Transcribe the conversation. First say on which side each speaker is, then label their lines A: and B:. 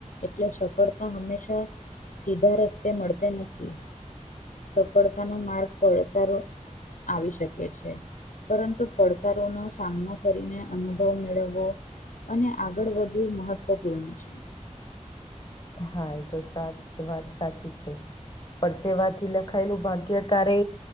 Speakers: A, on the left; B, on the left.
A: એટલે સફળતા હંમેશાં સીધા રસ્તે મળતી નથી. સફળતાનો માર્ગ પડકારો આવી શકે છે. પરંતુ પડકારોનો સામનો કરીને અનુભવ મેળવવો. અને આગળ વધવું મહત્વપૂર્ણ છે
B: હા એ તો સાચ વાત સાચી છે પરસેેવાથી લખ ખાયલું ભાગ્ય કારે